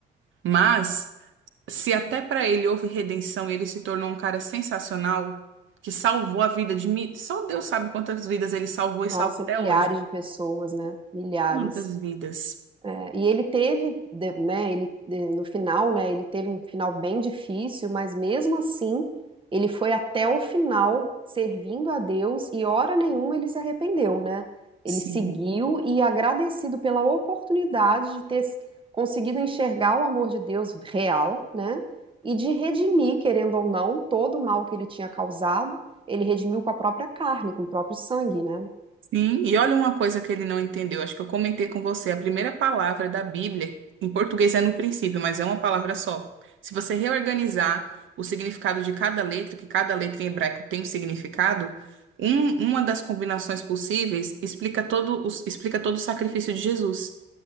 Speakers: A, on the right (about 75°); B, on the right (about 25°).
A: Mas, se até para ele houve redenção e ele se tornou um cara sensacional, que salvou a vida de mim, só Deus sabe quantas vidas ele salvou e
B: Nossa,
A: salva até
B: milhares
A: hoje.
B: de pessoas, né? Milhares.
A: Quantas vidas?
B: É, e ele teve, de- né, ele, de- no final, né, ele teve um final bem difícil, mas mesmo assim, ele foi até o final servindo a Deus e hora nenhuma ele se arrependeu, né? Ele
A: Sim.
B: seguiu e agradecido pela oportunidade de ter s- conseguido enxergar o amor de Deus real, né? E de redimir, querendo ou não, todo o mal que ele tinha causado, ele redimiu com a própria carne, com o próprio sangue, né?
A: Sim, e olha uma coisa que ele não entendeu. Acho que eu comentei com você. A primeira palavra da Bíblia, em português é no princípio, mas é uma palavra só. Se você reorganizar o significado de cada letra, que cada letra em hebraico tem um significado, um- uma das combinações possíveis explica todo, os- explica todo o sacrifício de Jesus.